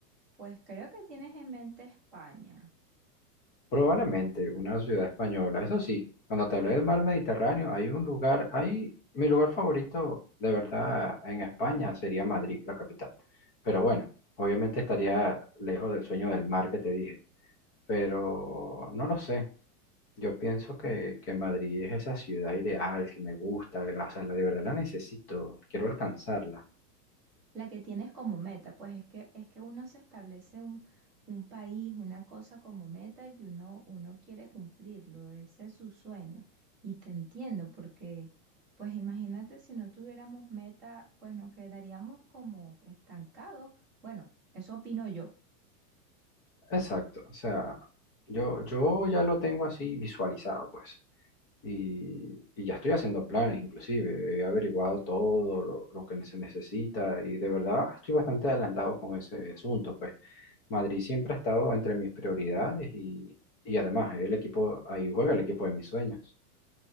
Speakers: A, in the centre; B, on the left.
A: pues creo que tienes en mente España.
B: Probablemente una ciudad española. Eso sí, cuando te hablé del mar Mediterráneo, hay un lugar, hay mi lugar favorito de verdad en España sería Madrid, la capital. Pero bueno, obviamente estaría lejos del sueño del mar que te dije. Pero no lo sé. Yo pienso que, que Madrid es esa ciudad ideal que me gusta, que la, o sea, la- de verdad la necesito, quiero alcanzarla.
A: La que tienes como meta, pues es que, es que uno se establece un, un país, una cosa como meta y uno, uno quiere cumplirlo, ese es su sueño. Y te entiendo, porque pues imagínate si no tuviéramos meta, pues nos quedaríamos como estancados. Bueno, eso opino yo.
B: Exacto, o sea, yo, yo ya lo tengo así visualizado, pues. Y, y ya estoy haciendo planes, inclusive. He averiguado todo lo, lo que se necesita y de verdad estoy bastante adelantado con ese asunto. Pues Madrid siempre ha estado entre mis prioridades y, y además el equipo, ahí juega el equipo de mis sueños.